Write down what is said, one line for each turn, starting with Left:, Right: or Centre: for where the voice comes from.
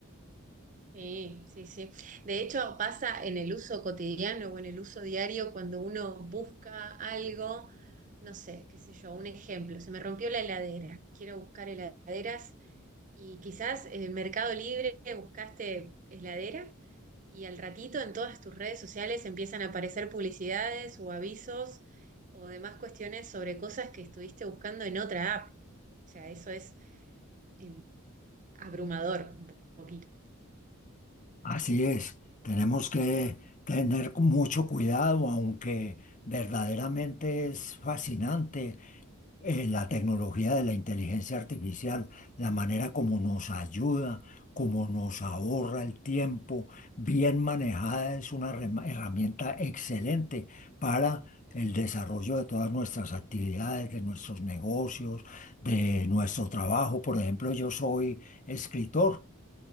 Right: Sí, sí, sí. De hecho, pasa en el uso cotidiano o en el uso diario cuando uno busca algo, no sé, qué sé yo, un ejemplo, se me rompió la heladera, quiero buscar heladeras Y quizás eh, Mercado Libre buscaste heladera y al ratito en todas tus redes sociales empiezan a aparecer publicidades o avisos o demás cuestiones sobre cosas que estuviste buscando en otra app. O sea, eso es eh, abrumador un po- poquito.
Left: Así es, tenemos que tener mucho cuidado, aunque verdaderamente es fascinante eh, la tecnología de la inteligencia artificial, la manera como nos ayuda, como nos ahorra el tiempo, bien manejada es una rema- herramienta excelente para el desarrollo de todas nuestras actividades, de nuestros negocios, de nuestro trabajo. Por ejemplo, yo soy escritor.